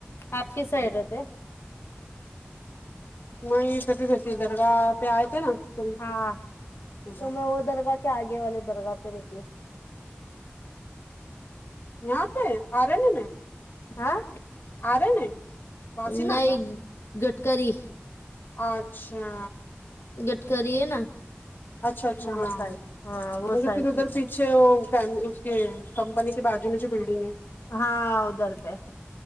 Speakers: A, on the left; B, on the left.
A: آپ کیس سائڈ رہتے
B: می تھتی درگاہ پہ آئے تھے نا تم
A: ہاں
B: ادھر
A: تو میں وہ درگاہ کہ آگے والے درگاہ پہ رہتی ہو
B: یہاں پے ا رنہ میں
A: ہاں
B: آرے نے واسی نا
A: نہیں
B: کا
A: گٹکری
B: اچھا
A: گڈکری ہے نا
B: اچھا اچھا
A: وہ
B: ہاں
A: سائڈ ہاں وہ
B: مطب
A: سائڈ
B: پھر ادھر اچھے وہ کم اسکے کمپنی کے بازو میں جو بلڈنگ ہے
A: ہاں ادھر پہ